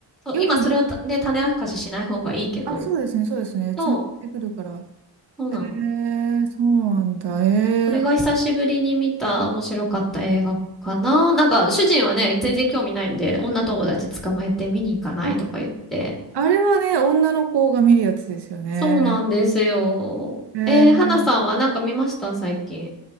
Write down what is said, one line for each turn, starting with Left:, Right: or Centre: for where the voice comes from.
Centre: そう、
Right: 4
Centre: 今それはたね、種明かししない方がいいけど、
Right: あ、そうですね、そうですね。つながってくるから。
Centre: そう、そうなの。
Right: えー、そうなんだ。えー、
Centre: それが久しぶりに見た面白かった映画かな。なんか、主人はね、全然興味ないんで、女友達捕まえて見に行かないとか言って、
Right: あ、あれはね、女の子が見るやつですよね。
Centre: そうなんですよ。
Right: えー、
Centre: えー、花さんはなんか見ました最近。